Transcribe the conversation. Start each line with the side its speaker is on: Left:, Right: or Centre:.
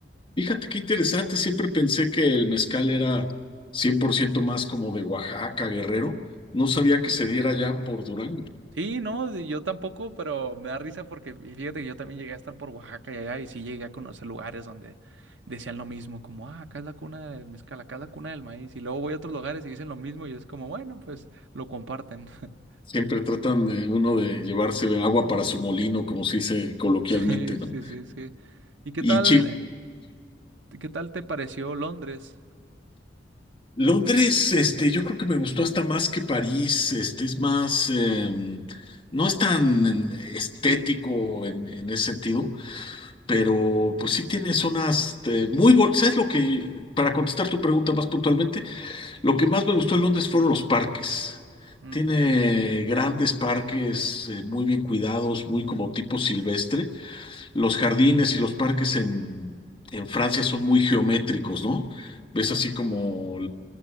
Left: Fíjate qué interesante, siempre pensé que el mezcal era 100% más como de Oaxaca, Guerrero. No sabía que se diera ya por Durango.
Right: Sí, no, de- yo tampoco, pero me da risa porque y fíjate que yo también llegué a estar por Oaxaca y allá y sí llegué a conocer lugares donde decían lo mismo, como, ah, acá es la cuna del mezcal, acá es la cuna del maíz. Y luego voy a otros lugares y dicen lo mismo y es como, bueno, pues lo comparten. <laughs>
Left: Siempre tratan de uno de llevarse agua para su molino, como se dice coloquialmente,
Right: Sí,
Left: ¿no?
Right: sí, sí, sí. ¿Y qué tal,
Left: Y chi,
Right: qué tal te pareció Londres?
Left: Londres, este, yo creo que me gustó hasta más que París, este, es más, em, no es tan en- estético en, en ese sentido, pero pues sí tiene zonas eh, muy, bon- ¿sabes lo que, para contestar tu pregunta más puntualmente, lo que más me gustó en Londres fueron los parques.
Right: Mm,
Left: Tiene grandes parques eh, muy bien cuidados, muy como tipo silvestre. Los jardines y los parques en, en Francia son muy geométricos, ¿no? ves
Right: ujú,
Left: así como